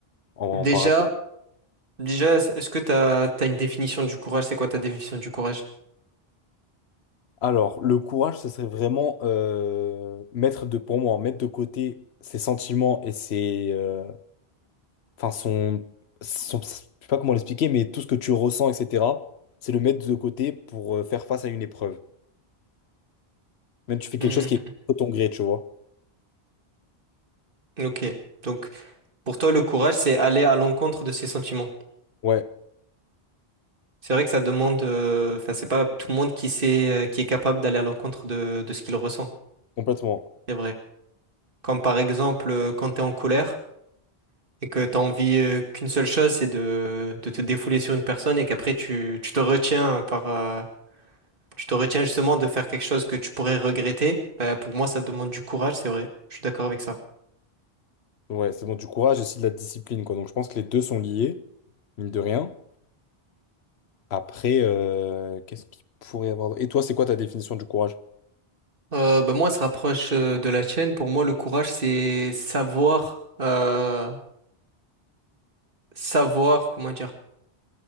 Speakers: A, on the left (about 80°); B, on the right (about 55°).
A: en, en
B: Déjà,
A: en parler.
B: déjà, est-ce que t'as, t'as une définition du courage? C'est quoi ta définition du courage?
A: Alors, le courage, ce serait vraiment euh, mettre de, pour moi, mettre de côté ses sentiments et ses, euh, enfin son, son- je sais pas comment l'expliquer, mais tout ce que tu ressens, etc. C'est le mettre de côté pour euh, faire face à une épreuve. Même tu fais quelque
B: Hmm,
A: chose qui est contre ton gré, tu vois.
B: ok. Donc, pour toi, le courage, c'est aller à l'encontre de ses sentiments.
A: Ouais,
B: C'est vrai que ça demande, euh, enfin, c'est pas tout le monde qui sait, euh, qui est capable d'aller à l'encontre de, de ce qu'il ressent.
A: complètement.
B: C'est vrai. Comme par exemple, euh, quand t'es en colère et que t'as envie, euh, qu'une seule chose, c'est de, de te défouler sur une personne et qu'après tu, tu te retiens par, euh, tu te retiens justement de faire quelque chose que tu pourrais regretter. Bah, pour moi, ça demande du courage, c'est vrai. Je suis d'accord avec ça.
A: Ouais, c'est bon, du courage et aussi de la discipline, quoi. Donc, je pense que les deux sont liés, mine de rien. Après, euh, qu'est-ce qu'il pourrait y avoir? Et toi, c'est quoi ta définition du courage?
B: Euh, bah, moi, ça se rapproche euh, de la tienne. Pour moi, le courage, c'est savoir, euh, savoir, comment dire,